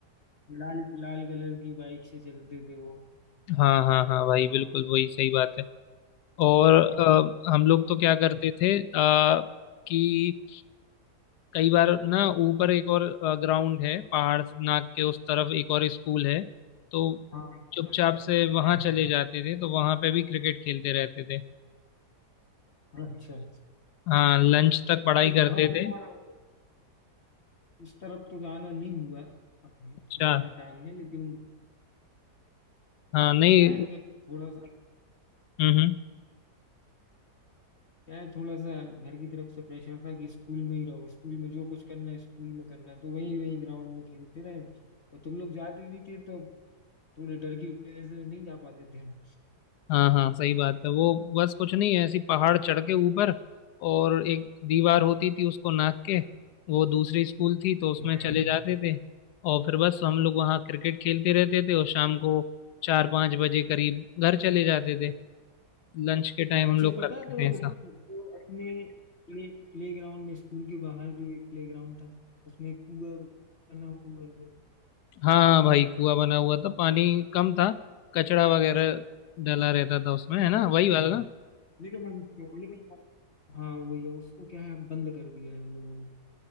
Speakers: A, on the left; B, on the left.
A: लाल लाल कलर की बाइक से चलते थे वो
B: हाँ हाँ हाँ भाई बिल्कुल वही सही बात है और
A: हाँ
B: अ, हम लोग तो क्या करते थे अ, कि कई बार ना ऊपर एक और ग्राउंड है पहाड़ से नाक के उस तरफ एक और स्कूल है तो
A: हाँ इस
B: चुपचाप
A: तरफ।
B: से
A: हाँ,
B: वहां चले जाते थे तो वहां पे भी क्रिकेट खेलते रहते थे
A: अच्छा
B: हाँ लंच तक पढ़ाई करते
A: वहां तो
B: थे
A: जाना उस तरफ तो जाना नहीं हुआ हम-
B: अच्छा
A: हमारे टाइम में लेकिन
B: हाँ नहीं
A: क्या है कि थोड़ा सा
B: हम्म हम्म
A: यार थोड़ा सा घर की तरफ से प्रेशर था कि स्कूल में ही रहो स्कूल में जो कुछ करना है स्कूल में करना है तो वही वही ग्राउंड में खेलते रहे हम। और तुम लोग जाते भी थे तो थोड़े डर की वजह से नहीं जा पाते थे हम
B: हाँ हाँ सही बात है वो बस कुछ नहीं है ऐसी पहाड़ चढ़ के ऊपर और एक दीवार होती थी उसको नाप के वो दूसरी स्कूल थी तो उसमें
A: हाँ।
B: चले जाते थे और फिर बस हम लोग वहाँ क्रिकेट खेलते रहते थे और शाम को चार पाँच बजे करीब घर चले जाते थे लंच के टाइम हम
A: अच्छा
B: लोग
A: पता
B: करते
A: है तो
B: थे ऐसा
A: जो अपने प्ले प्ले ग्राउंड में स्कूल के बाहर जो एक प्ले ग्राउंड था उसमें एक कुआ बना हुआ था
B: हाँ भाई कुआं बना हुआ था पानी कम था कचड़ा वगैरह डला रहता था उसमें है ना वही
A: हाँ
B: वाला ना
A: लेकिन हम उसको लेकिन हाँ वही है उसको क्या है बंद कर दिया है हम लोगों ने